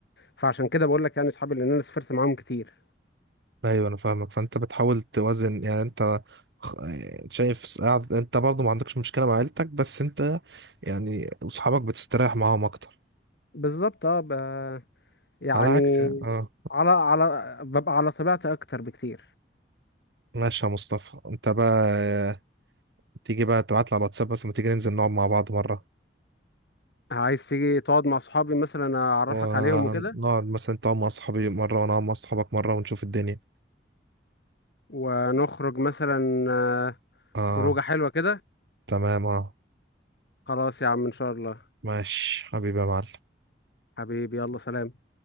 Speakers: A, on the left; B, on the right.
A: فعشان كده بقول لك يعني اصحابي لان انا سافرت معاهم كتير
B: ايوه انا فاهمك فانت بتحاول توازن يعني انت خ- شايف س- قاعد- انت برضه ما عندكش مشكلة مع عيلتك بس انت يعني اصحابك بتستريح معاهم اكتر
A: بالظبط اه ب... يعني
B: على عكس يعني. اه
A: على على ببقى على طبيعتي اكتر بكتير
B: ماشي يا مصطفى انت بقى تيجي بقى تبعت لي على الواتساب بس ما تيجي ننزل نقعد مع بعض مرة
A: عايز تيجي تقعد مع صحابي مثلا اعرفك
B: ونقعد
A: عليهم وكده
B: مثلا تقعد مع صحابي مرة وأنا أقعد مع صحابك مرة ونشوف الدنيا
A: ونخرج مثلا آه،
B: آه
A: خروجه حلوه كده
B: تمام آه
A: خلاص يا عم ان شاء الله
B: ماشي حبيبي يا معلم
A: حبيبي يلا سلام